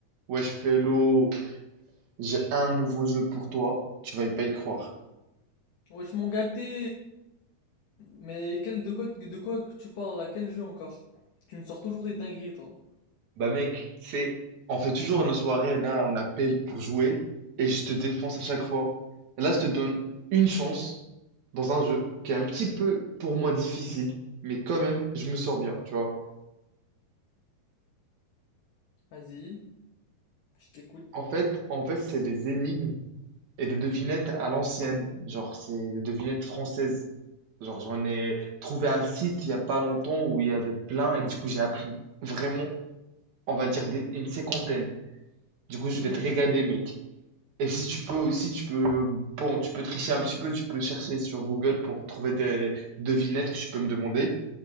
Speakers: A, on the right (about 55°); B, on the left (about 60°).
A: Wesh Pélo, j'ai un nouveau jeu pour toi, tu vas pas y croire.
B: Wesh mon gâté! Mais quel, de quoi, de quoi que tu parles là? Quel jeu encore? Tu me sors toujours des dingueries toi.
A: Bah mec, c'est... On fait toujours une soirée, là on appelle pour jouer, et je te défonce à chaque fois. Là je te donne une chance dans un jeu qui est un petit peu pour moi difficile, mais quand même je me sors bien, tu vois.
B: Vas-y, je t'écoute.
A: En fait, en fait c'est des énigmes et des devinettes à l'ancienne, genre c'est des devinettes françaises. Genre j'en ai trouvé un site il y a pas longtemps où il y avait plein, et du coup j'ai appris vraiment on va dire des- une cinquantaine. Du coup, je
B: <laughs>
A: vais te régaler, mec. Et si tu peux aussi, tu peux, bon, tu peux tricher un petit peu, tu peux chercher sur Google pour trouver des devinettes que tu peux me demander.